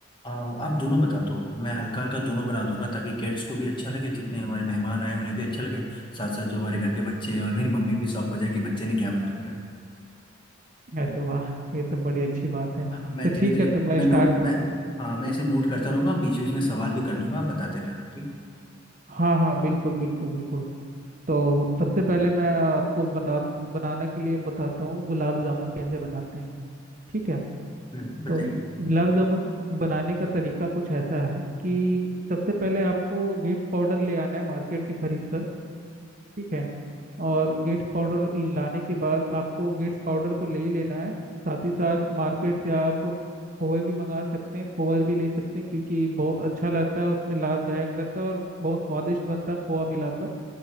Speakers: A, on the left; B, on the right.
A: आ, आप दोनों बता दो मैं हल्का हल्का दोनों बना दूंगा ताकि गेट्स को भी अच्छा लगे जितने हमारे मेहमान आए उन्हें भी अच्छा लगे साथ साथ जो हमारे घर के बच्चे हैं और मेरी मम्मी भी शौक हो जाए कि बच्चे ने क्या बना दिया
B: अरे वाह ये तो बड़ी अच्छी बात है
A: हाँ, मैं
B: तो
A: धीरे
B: ठीक
A: धीरे
B: है तो मैं
A: मैं
B: स्टार्ट
A: नोट
B: करता
A: मैं
B: हूँ
A: हाँ मैं इसे नोट करता रहूंगा बीच बीच में सवाल भी कर दूंगा आप बताते रहना ठीक है
B: हाँ हाँ बिल्कुल बिल्कुल बिल्कुल तो सबसे पहले मैं आपको बता बनाने के लिए बताता हूँ गुलाब जामुन कैसे बनाते हैं ठीक है
A: हम्म, बताइए
B: तो गुलाब जामुन बनाने का तरीका कुछ ऐसा है कि सबसे पहले आपको गेट्स पाउडर ले आना है मार्केट से खरीद कर ठीक है और गेट्स पाउडर लाने के बाद आपको गेट्स पाउडर तो ले ही लेना है साथ ही साथ मार्केट से आप खोए भी मंगा सकते हैं खोआ भी ले सकते हैं क्योंकि बहुत अच्छा लगता है उसमें लाभदायक रहता है और बहुत स्वादिष्ट बनता है खोआ मिलाकर